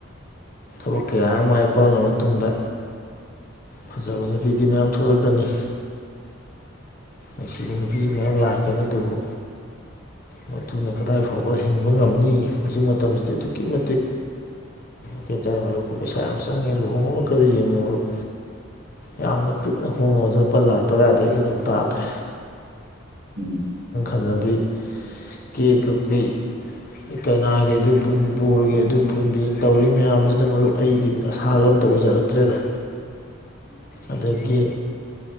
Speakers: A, on the left (about 45°); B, on the right (about 50°).
A: ꯑꯣ ꯀꯌꯥ ꯃꯥꯏ ꯄꯥꯛꯜꯂ ꯃꯇꯨꯡꯗ ꯐꯖꯕ ꯅꯨꯄꯤꯗꯤ ꯃꯌꯥꯝ ꯊꯣꯛꯂꯛꯀꯅꯤ ꯉ ꯕꯤꯅꯤꯐꯤꯁꯤ ꯃꯌꯥꯝ ꯂꯥꯛꯀꯅꯤ ꯑꯗꯨꯕꯨ
B: <unintelligible>
A: ꯃꯗꯨꯅ ꯀꯗꯥꯏ ꯐꯥꯎꯕ ꯍꯤꯡꯕ ꯉꯝꯅꯤ ꯍꯧꯖꯤꯛ ꯃꯇꯝꯁꯤꯗꯤ ꯑꯗꯨꯛꯀꯤ ꯃꯇꯤꯛ ꯀ ꯍꯥꯏꯇꯥꯔꯦ ꯃꯔꯨꯞ ꯄꯩꯁꯥ ꯌꯥꯝ ꯆꯪꯉꯦ ꯂꯨꯍꯣꯡꯕ ꯑꯃꯈꯛꯇ ꯌꯦꯡꯉꯦ ꯃꯔꯨꯞ ꯌꯥꯝꯅ ꯄꯤꯛꯅ ꯍꯣꯡꯉꯨꯁꯨ ꯂꯨꯄꯥ ꯂꯥꯛ ꯇꯔꯥꯗꯒꯤ ꯑꯗꯨꯝ ꯇꯥꯗ꯭ꯔꯦ
B: ꯎꯝ
A: ꯀꯕꯤ ꯀꯦ ꯀꯄꯤ ꯀꯩꯅꯥꯒꯤ ꯑꯗꯨ ꯄꯨꯟꯕꯤ ꯕꯣꯔꯒꯤ ꯑꯗꯨ ꯄꯨꯟꯕꯤ ꯇꯧꯔꯤ ꯃꯌꯥꯝꯁꯤꯗ ꯃꯔꯨꯞ ꯑꯩꯗꯤ ꯑꯁꯥꯒ ꯑꯝꯇ ꯎꯖꯔꯛꯇ꯭ꯔꯦꯒ
B: ꯎ
A: ꯑꯗꯒꯤ